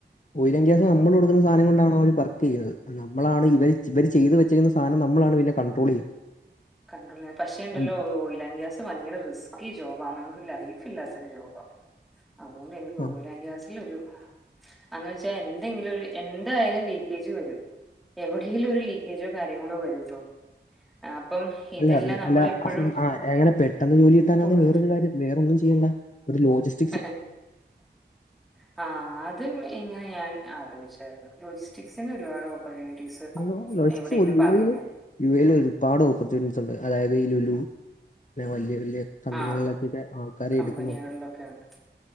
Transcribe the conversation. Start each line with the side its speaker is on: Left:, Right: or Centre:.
Left: ഓയിലം ഗ്യാസ് നമ്മൾ കൊടുക്കുന്ന സാധനം കൊണ്ടാണ് അവർ വർക്ക് ചെയ്യുന്നത് നമ്മളാണ് ഇവര് ഇവര് ചെയ്ത് വെ യുന്ന സാധനം നമ്മളാണ് പിന്നെ കൺട്രോൾ ചെയ്യുന്നത്
Centre: കണ്ടോള്ളാൻ പക്ഷേ ഉണ്ടല്ലോ
Left: ഉം,
Centre: ഓയിലാൻ ഗ്യാസ് ഭയങ്കര റിസ്കി ജോബാണ് നമുക്ക് ലൈഫ് ഇല്ലാത്ത ഒരു ജോബാണ് അതുകൊണ്ട് എനിക്ക്
Left: ആ
Centre: ഓയിലാം ഗ്യാസിൽ ഒരു അന്ന് വെച്ചാ എന്തെങ്കിലും ഒരു എന്തായാലും ലീക്കേജ് വരും എവിടെേങ്കിലും ഒരു ലീക്കേജോ കാര്യങ്ങളോ വരുലോ ആ അപ്പം
Left: അല്ല അ
Centre: നമ്മളെപ്പോഴും
Left: അല്ല ആഹ് എങ്ങനെ പെട്ടെന്ന് ജോലി കിട്ടാനാണ്
Centre: ഫുൾ
Left: വേറൊരു കാര്യം വേറൊ ഒന്നും ചെയ്യണില്ല ഒരു ലോജിസ്
Centre: <unintelligible> ആ അതും ഇങ്ങനെ ഞാൻ ആലോചിച്ചായിരുന്നു ലോജിസ്റ്റിക്സിന് ഒരുപാട് ഓപ്പർച്യൂണിറ്റീസ്
Left: ലോ- ലോജിസ്റ്റിക്സ്
Centre: എവിടെ ഇങ്ങനെ
Left: ഒരു യു
Centre: പറയുന്ന
Left: ഐയില്
Centre: കേ
Left: യു എയിൽ ഒരുപാട് ഓപ്പർച്യൂണിറ്റിസ് ഉണ്ട് അതായത് ലുലു വലിയ വലിയ കമ്പനികളിലൊക്ക്കെ
Centre: ആ
Left: ആൾക്കാരെ
Centre: കമ്പനികളിലൊക്കെ
Left: എടുക്കുന്നുണ്ട്
Centre: ഉണ്ട്